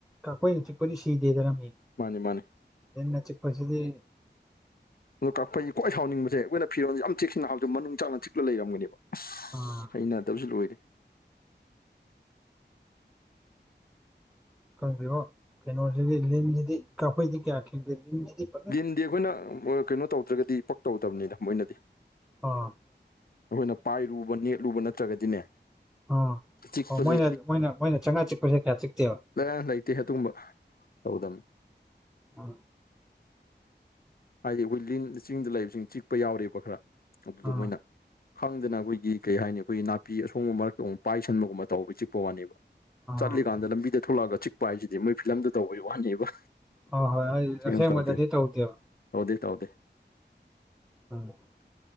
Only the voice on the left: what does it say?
ꯃꯥꯅꯦ ꯃꯥꯅꯦ
ꯑꯗꯣ ꯀꯛꯄꯩ ꯀꯣꯏ ꯍꯥꯎꯅꯤꯡꯕꯁꯦ ꯑꯩꯈꯣꯏꯅꯤꯔꯣꯟꯁꯦ ꯌꯥꯝ ꯆꯦꯛꯁꯤꯟꯟꯅꯕꯗꯣ ꯃꯅꯨꯡꯅꯨꯡ ꯆꯅ ꯆꯤꯛꯂ ꯂꯩꯔꯒꯅꯦꯕ ꯑꯁ
ꯍꯩꯅꯗꯕꯁꯨ ꯂꯣꯏꯔꯦ
ꯟꯗꯤ ꯑꯩꯈꯣꯏꯅ ꯀꯩꯅꯣ ꯇꯧꯗ꯭ꯔꯒꯗꯤ ꯄꯛ ꯇꯧꯗꯕꯅꯤꯅ ꯃꯣꯏꯅꯗꯤ
ꯑꯩꯈꯣꯏꯅ ꯄꯥꯏꯔꯨꯕ ꯅꯦꯠꯂꯨꯕ ꯅꯠꯇ꯭ꯔꯒꯗꯤꯅꯦ
ꯆꯤꯛꯄꯁꯦ
ꯂ ꯂꯩꯇꯦ ꯑꯗꯨꯒꯨꯝꯕ ꯇꯧꯗꯝꯕꯅꯤ
ꯍꯥꯏꯗꯤ ꯑꯩꯈꯣꯏ ꯂꯤꯟ ꯆꯤꯡꯗ ꯂꯩꯕꯁꯤꯡ ꯆꯤꯛꯄ ꯌꯥꯎꯔꯤꯕ ꯈꯔ ꯑꯗꯨꯗ
ꯃꯣꯏꯅ ꯈꯪꯗꯅ ꯑꯩꯈꯣꯏꯒꯤ ꯀꯩ ꯍꯥꯏꯅꯤ ꯑꯩꯈꯣꯏꯒꯤ ꯅꯥꯄꯤ ꯑꯁꯣꯡꯕ ꯃꯔꯛꯇ ꯑꯃꯨꯛ ꯄꯥꯏꯁꯟꯕꯒꯨꯝꯕ ꯇꯧꯕ ꯆꯤꯛꯄ ꯋꯥꯅꯦꯕ
ꯆꯠꯂꯤꯀꯥꯟꯗ ꯂꯝꯕꯤꯗ ꯊꯣꯛꯂꯛꯑꯒ ꯆꯤꯛꯄ ꯍꯥꯏꯁꯤꯗꯤ ꯃꯣꯏ ꯐꯤꯂꯝꯗ ꯇꯧꯕꯩ ꯋꯥꯅꯦꯕ
ꯁꯤꯅ
ꯇꯧꯗꯦ
ꯇꯧꯗꯦ ꯇꯩꯗꯦ